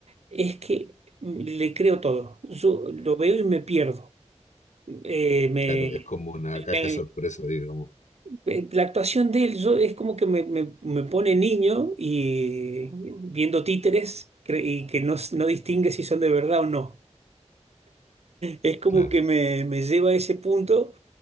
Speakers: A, on the right; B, on the left.
A: es que le creo todo. Yo lo veo y me pierdo. Eh, me,
B: Claro, es como una
A: me-
B: caja
A: me-
B: de sorpresa, digamos.
A: eh, la actuación de él yo, es como que me, me- me pone niño y viendo títeres cre- y que no, no distingue si son de verdad o no. Es como
B: Claro.
A: que me, me lleva a ese punto.